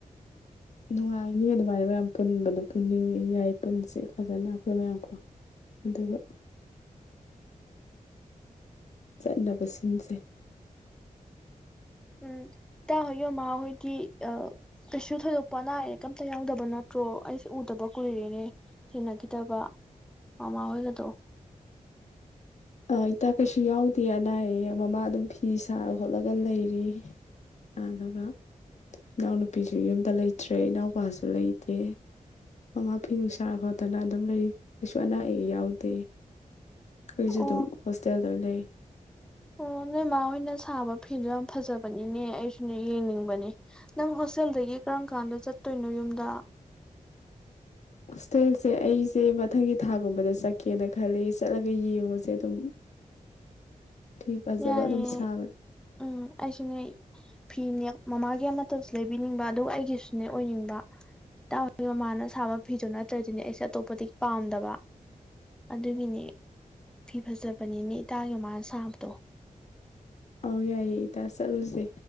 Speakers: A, on the left; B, in the centre.
A: ꯅꯨꯡꯉꯥꯏꯅꯤ ꯑꯗꯨꯃꯥꯏ ꯃꯌꯥꯝ ꯄꯨꯟꯕꯗ ꯄꯨꯟꯅꯤꯡꯉꯤ ꯌꯥꯏ ꯄꯨꯟꯁꯦ ꯐꯖꯅ ꯑꯩꯈꯣꯏ ꯃꯌꯥꯝ ꯀꯣ ꯑꯗꯨꯒ ꯆꯠꯅꯕꯁꯤꯟꯁꯦ
B: ꯎꯝ ꯏꯇꯥꯍꯣꯏꯒꯤ ꯃꯃꯥꯍꯣꯏꯗꯤ ꯀꯩꯁꯨ ꯊꯣꯏꯗꯣꯛꯄ ꯑꯅꯥ ꯑꯌꯦꯛ ꯀꯝꯇ ꯌꯥꯎꯗꯕ ꯅꯠꯇ꯭ꯔꯣ ꯑꯩꯁꯨ ꯎꯗꯕ ꯀꯨꯏꯔꯦꯅꯦ ꯊꯦꯡꯅꯈꯤꯗꯕ ꯃꯃꯥ ꯍꯣꯏꯒꯗꯣ
A: ꯑ ꯏꯇꯥ ꯀꯩꯁꯨ ꯌꯥꯎ ꯇꯦ ꯑꯅꯥ ꯑꯌꯦꯛ ꯃꯃꯥ ꯑꯗꯨꯝ ꯐꯤ ꯁꯥꯔ ꯈꯣꯠꯂꯒ ꯂꯩꯔꯤ ꯑꯗꯨꯒ ꯏꯅꯥꯎꯅꯨꯄꯤꯁꯨ ꯌꯨꯝꯗ ꯂꯩꯇ꯭ꯔꯦ ꯏꯅꯥꯎꯄꯥꯁꯨ ꯂꯩꯇꯦ ꯃꯃꯥ ꯐꯤ ꯅꯨꯡ ꯁꯥꯔ ꯈꯣꯠꯇꯅ ꯑꯗꯨꯝ ꯂꯩꯔꯤ ꯀꯩꯁꯨ ꯑꯅꯥ ꯑꯌꯦꯛ ꯌꯥꯎꯗꯦ ꯑꯩꯁꯨ
B: ꯑꯣ
A: ꯑꯗꯨꯝ ꯍꯣꯁꯇꯦꯜꯗ ꯂꯩ
B: ꯑꯣ ꯅꯣꯏꯃꯥ ꯍꯣꯏꯅ ꯁꯥꯕ ꯐꯤꯗꯣ ꯌꯥꯝ ꯐꯖꯕꯅꯤꯅꯦ ꯑꯩꯁꯨꯅꯦ ꯌꯦꯡꯅꯤꯡꯕꯅꯦ ꯅꯪ ꯍꯣꯁꯇꯦꯜꯗꯒꯤ ꯀꯔꯝ ꯀꯥꯟꯗ ꯆꯠꯇꯣꯏꯅꯣ ꯌꯨꯝꯗ
A: ꯍꯣꯁꯇꯦꯜꯁꯦ ꯑꯩꯁꯦ ꯃꯊꯪꯒꯤ ꯊꯥꯒꯨꯝꯕꯗ ꯆꯠꯀꯦꯅ ꯈꯜꯂꯤ ꯆꯠꯂꯒ ꯌꯦꯡꯉꯨꯁꯦ ꯑꯗꯨꯝ ꯐꯤ ꯐꯖꯕ
B: ꯌꯥꯏꯌꯦ
A: ꯑꯗꯨꯝ ꯁꯥꯕꯅꯦ
B: ꯎꯝ ꯑꯩꯁꯨꯅꯦ ꯐꯤꯅꯦ ꯃꯃꯥꯒꯤ ꯑꯃꯠꯇꯁꯨ ꯂꯩꯕꯤꯅꯤꯡꯕ ꯑꯗꯨꯒ ꯑꯩꯒꯤꯁꯨꯅꯦ ꯑꯣꯏꯅꯤꯡꯕ ꯏꯇꯥ ꯍꯣꯏꯒꯤ ꯃꯃꯥꯅ ꯁꯥꯕ ꯐꯤꯗꯣ ꯅꯠꯇ꯭ꯔꯗꯤꯅꯦ ꯑꯩꯁꯦ ꯑꯇꯣꯞꯄꯗꯤ ꯄꯥꯝꯗꯕ ꯑꯗꯨꯒꯤꯅꯤ ꯐꯤ ꯐꯖꯕꯅꯤꯅꯦ ꯏꯇꯥꯒꯤ ꯃꯃꯥ ꯅ ꯁꯥꯕ ꯗꯣ
A: ꯑꯧ ꯌꯥꯏꯌꯦ ꯏꯇꯥ ꯆꯠꯂꯨꯁꯦ